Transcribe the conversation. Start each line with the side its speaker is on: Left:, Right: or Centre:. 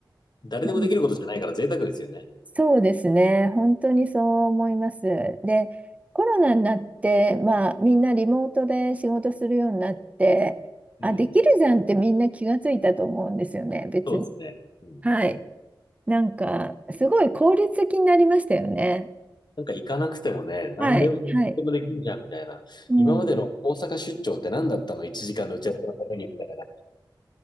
Left: 誰でもできることじゃないから贅沢ですよね。
Right: うんそうですね。本当にそう思います。で、コロナになって、まあ、みんなリモートで仕事するようになって、あ、
Left: うん、
Right: できるじゃんってみんな気がついたと思うんですよね、別に。
Left: そうですね。うん、
Right: はい。なんか、すごい効率的になりましたよね。
Left: なんか行かなくてもね、何でも、
Right: はい、
Left: 何でもできんじゃんみたいな。
Right: はい。うん。
Left: 今までの大阪出張って何だったの ?1 時間の打ち合わせのためにみたいな。